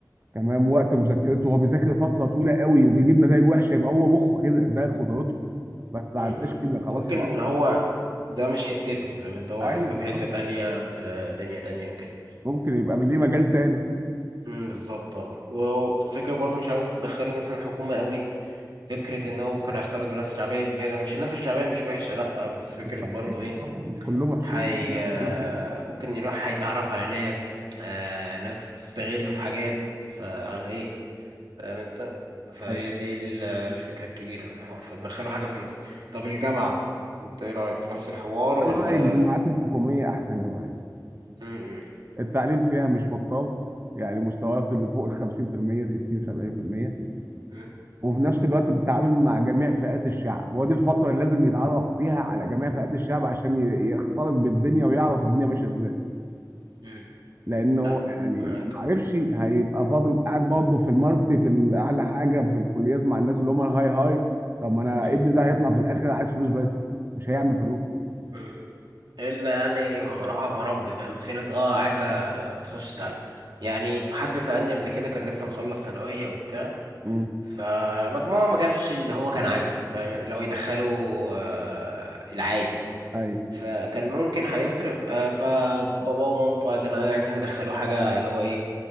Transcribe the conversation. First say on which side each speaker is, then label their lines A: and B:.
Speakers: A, on the right (about 35°); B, on the right (about 85°).
A: تمام وقت مذاكرته هو بيذاكر فتره طويله قوي وبيجيب نتائج وحشه يبقى هو مخه كده ده قدرته ما تعداش
B: م-م.
A: كده خلاص
B: ممكن
A: يبقى
B: هو
A: هو
B: ده مش حتته فاهم انت هو
A: ايوه
B: حتته
A: بالظبط
B: في حتة تانية في دنيا تانية وكده
A: ممكن يبقى ليه مجال تاني
B: م، بالظبط اه وفكرة برضه مش عايز تدخله مثلا حكومة قوي فكرة ان هو كان هيختلط بالناس الشعبية بزيادة مش الناس الشعبية مش وحشة لأ بس فكرة
A: مش
B: برضه
A: وحشين
B: ايه
A: طبعا مش كلهم وحشين
B: حي
A: في ناس- في ناس-
B: ممكن يروح هيتعرف على ناس آه ناس تستغله في حاجات فعلى ايه فاهم انت فهي
A: أيوة.
B: دي ال- الفكرة الكبيرة من الحوار فتدخله حاجة في النص طب الجامعة انت ايه رأيك نفس الحوار ولا
A: انا رايي الجامعات الحكوميه احسن جامعات
B: مم.
A: التعليم فيها مش بطال يعني مستواه في اللي فوق ال 50% 60 70%
B: مم.
A: وفي نفس الوقت بتتعامل مع جميع فئات الشعب ودي الفترة اللي لازم يتعرف فيها على جميع فئات الشعب عشان ي- يختلط بالدنيا ويعرف الدنيا ماشية ازاي
B: مم.
A: لأنه
B: لا
A: هو يعني
B: فاهمك.
A: لو ما عرفش هيبقى فاضل قاعد برضه في المالتي في ال- أعلى حاجة في الكليات مع الناس اللي هم الهاي هاي طب ما أنا
B: مم.
A: ابني ده هيطلع في الآخر عايز فلوس بس مش هيعمل فلوس
B: مم. الا يعني من راح مربي فاهم في ناس اه عايزه بتخش تعلم يعني حد سالني قبل كده كان لسه مخلص ثانويه وبتاع
A: امم
B: فمجموعه ما جابش اللي هو كان عايزه فاهم اللي هو يدخله آه العادي
A: أيوه
B: فكان ممكن هيصرف آه فبابا ومامته كانوا إيه عايزين يدخلوه حاجه اللي هو ايه